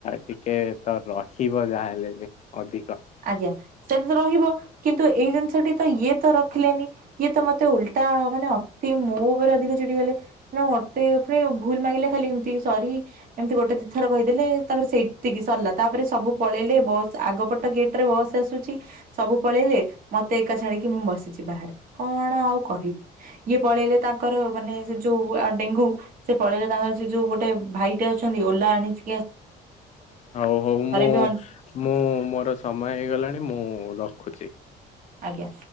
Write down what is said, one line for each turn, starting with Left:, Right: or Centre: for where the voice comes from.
Left: ଟିକେ ତ ରହିବ ଯାହାହେଲେ ବି। ଅଧିକ
Right: ଆଜ୍ଞା ସେନ ରହିବ କିନ୍ତୁ ଏଇ ଜିନିଷଟି ତ ଇଏ ତ ରଖିଲେନି। ଇଏ ତ ମତେ ଉଲଟା ମାନେ ଅତି ମୋ ଉପରେ ଅଧିକ ଚିଡି ଗଲେ ନା ମତେ ପୁଣି ଭୁଲ ମାଗିଲେ ଖାଲି ଏମିତି ସରି ଏମିତି ଗୋଟେ ଦିଥର କହିଦେଲେ। ତାପରେ ସେତିକି ସରିଲା ତାପରେ ସବୁ ପଳେ ଲେ ବସ୍ ଆଗପଟ ଗେଟ ରେ ବସ ଆସୁଛି। ସବୁ ପଳେଇଲେ ମତେ ଏକା ଛାଡିକି ମୁଁ ବସିଛି ବାହାରେ। କଣ ଆଉ କହି ଏ ପଳେଇଲେ ତା ଙ୍କର ମାନେ ସେ ଯୋଉ ଡେଙ୍ଗୁ ସେ ପଳେଇଲେ। ତାଙ୍କର ସେ ଯୋଉ ଗୋଟେ ଭାଇଟେ ଅଛନ୍ତି ଓଲା ଆଣିଚି।
Left: ହଉ ହଉ ମୁଁ
Right: ବି ଅନ୍
Left: ମୁଁ ମୋର ସମୟ ହେଇଗଲାଣି ମୁଁ ରଖୁଚି।
Right: ଆଜ୍ଞା।